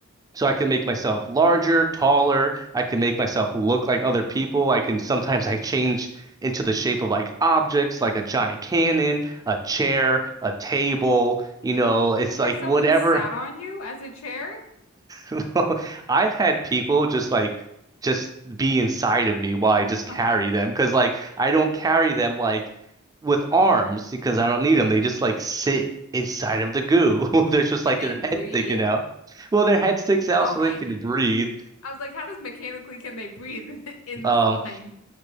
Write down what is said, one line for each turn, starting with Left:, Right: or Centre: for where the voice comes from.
Right: so I can make myself larger, taller. I can make myself look like other people. I can sometimes I change into the shape of like objects, like a giant cannon, a chair, a table. You know, it's like
Left: Has someone
Right: whatever
Left: sat on you as a chair?
Right: <laughs> I've had people just like just be inside of me while I just
Left: Oh,
Right: carry them because like I don't carry them like with arms because I don't need them. They just like sit inside of the goo. <laughs> There's just
Left: can
Right: like
Left: they
Right: their
Left: breathe?
Right: head sticking out. Well, their head sticks out
Left: Okay.
Right: so they can
Left: <laughs>
Right: breathe.
Left: I was like, how does mechanically can they breathe <laughs> in the
Right: Um,
Left: slime?